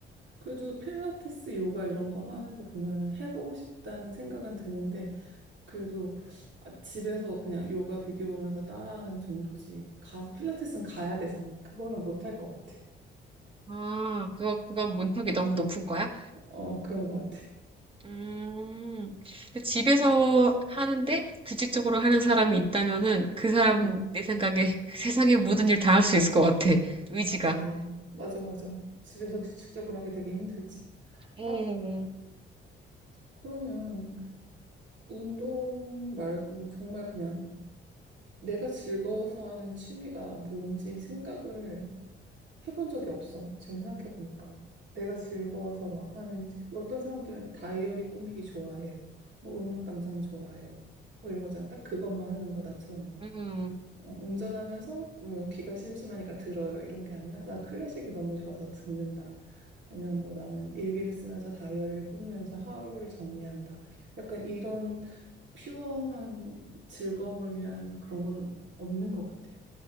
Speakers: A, on the right (about 65°); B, on the right (about 25°).
A: 그래도 필라테스, 요가 이런 거 하는 거 보면은 해보고 싶다는 생각은 드는데 그래도 아, 집에서 그냥 요가 비디오 보면서 따라하는 정도지 가 필라테스는 가야 되잖아. 그거는 못할 것 같아.
B: 아, 그거, 그건 문턱이 너무 높은 거야?
A: 어 그런 것 같아.
B: 음, 근데 집에서 하는데 규칙적으로 하는 사람이 있다면은 그 사람은
A: 응.
B: 내 생각에 <laughs> 세상의 모든 일 다 할 수 있을 것 같아. 의지가.
A: 아 맞아 맞아. 집에서
B: 음.
A: 규칙적으로 하기 되게 힘들지.
B: 음,
A: 아 그러면 운동 말고 정말 그냥 내가 즐거워서 하는 취미가 뭔지 생각을 해본 적이 없어. 지금 생각해보니까. 내가 즐거워서 막 하는, 뭐 어떤 사람들은 다이어리 꾸미기 좋아해요. 뭐 음악 감상 좋아해요. 뭐 이런 거잖아. 딱 그것만 하는 거. 나처럼 뭐,
B: 음,
A: 어, 운전하면서 뭐 귀가 심심하니까 들어요. 이런 게 아니라 나 클래식이 너무 좋아서 듣는다. 아니면 뭐 나는 일기를 쓰면서 다이어리를 꾸미면서 하루를 정리한다. 약간 이런 퓨어한 즐거움을 위한 그런 건 없는 것 같아.